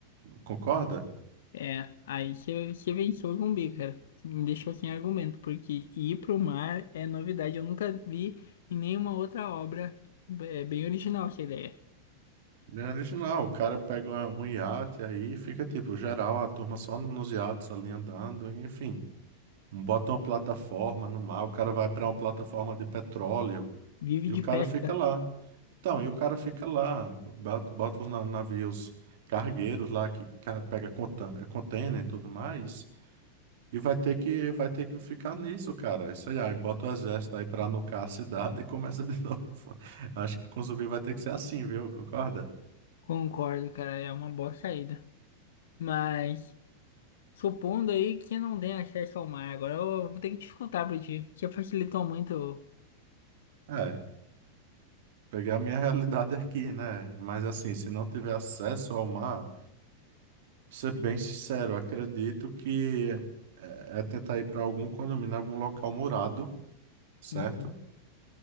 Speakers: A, on the right (about 55°); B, on the left (about 60°).
A: Concorda?
B: É, aí você, você venceu o zumbi, cara. Me deixou sem argumento, porque ir pro mar é novidade. Eu nunca vi em nenhuma outra obra. É bem original essa ideia.
A: Bem original, o cara pega uma- um iate aí, fica tipo, geral, a turma só no- nos iates ali andando, e, enfim. Bota uma plataforma no mar, o cara vai para uma plataforma de petróleo
B: Vive
A: e
B: de
A: o cara
B: pesca.
A: fica lá. Então, e o cara fica lá, bota, bota os na- navios cargueiros lá que ca- pega conta- container e tudo mais. E vai ter que, vai ter que ficar nisso, cara. Isso aí, aí bota o exército aí pra nucar a cidade e começa de <laughs> novo. Acho que com zumbi vai ter que ser assim, viu? Concorda?
B: Concordo, cara, é uma boa saída. Mas supondo aí que não tem acesso ao mar, agora eu vou ter que te escutar pra ti, porque facilitou muito.
A: É, pegar a minha <laughs> realidade aqui, né? Mas assim, se não tiver acesso ao mar, pra ser bem sincero, eu acredito que é, é tentar ir pra algum condomínio, algum local murado, certo?
B: Uhum.